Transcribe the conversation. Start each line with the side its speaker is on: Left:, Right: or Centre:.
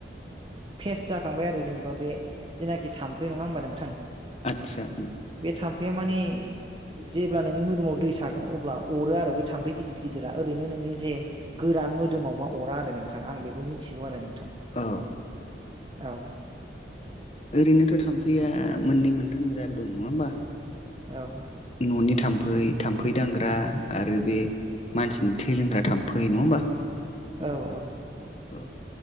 Right: फेस जाखांबाय आरो जेनेबा बे जेनाखि थाम्फै नङा होमबा नोंथां
Left: आदसा।
Right: बे थाम्फैया माने जेब्ला नोंनि मोदोमाव दै थागोन अब्ला अरो आरो बे थाम्फै गिदिर गिदिरा ओरैनो नोंनि जे गोरान मोदोमावबा अरा आरो नोंथां आं बेखौ मिथिगौ आरो नोंथां।
Left: औ।
Right: औ
Left: ओरैनोथ' थांफैया मोननै मोनथाम जाद दं नङा होमबा।
Right: औ।
Left: न'नि थाम्फै थाम्फै दांग्रा आरो बे मानसिनि थै लोंग्रा थामफै नङा होमबा।
Right: औ औ।
Left: औ